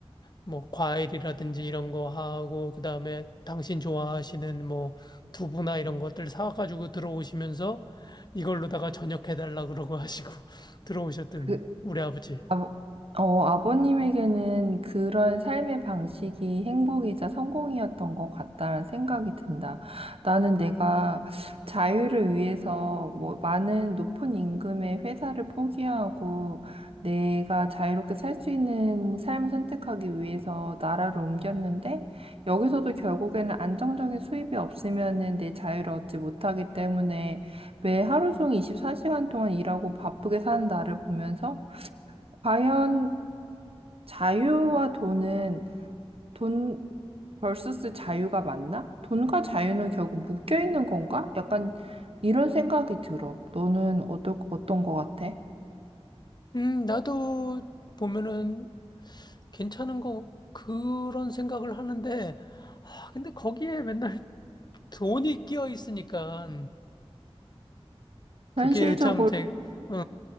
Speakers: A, on the left; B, on the right.
A: 뭐 과일이라든지 이런 거 하고 그다음에 당신 좋아하시는 뭐 두부나 이런 것들 사가지고 들어오시면서 이걸로다가 저녁 해달라 그러고 하시고 <laughs> 들어오셨던
B: 그,
A: 우리 아버지.
B: 아버, 어, 아버님에게는 그런 삶의 방식이 행복이자 성공이었던 것 같다라는 생각이 든다. 나는 내가 자유를 위해서 뭐 많은 높은 임금의 회사를 포기하고 내가 자유롭게 살 수 있는 삶을 선택하기 위해서 나라를 옮겼는데 여기서도 결국에는 안정적인 수입이 없으면은 내 자유를 얻지 못하기 때문에 매 하루 종일 24시간 동안 일하고 바쁘게 사는 나를 보면서 과연 자유와 돈은 돈 vs 자유가 맞나? 돈과 자유는 결국 묶여 있는 건가? 약간 이런 생각이 들어. 너는 어떠, 어떤 거 같아?
A: 음, 나도 보면은 괜찮은 거 그런 생각을 하는데 아, 근데 거기에 맨날 돈이 끼어 있으니까
B: 현실적으로,
A: 그게 참 제, 어,